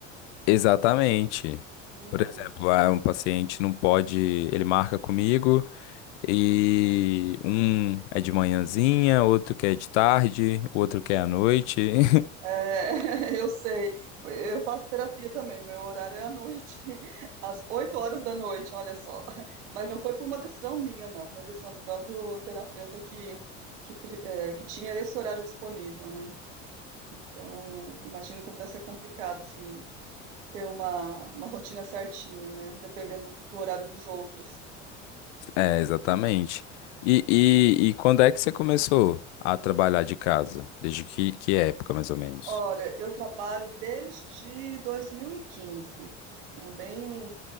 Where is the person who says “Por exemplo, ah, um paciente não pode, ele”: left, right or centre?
Left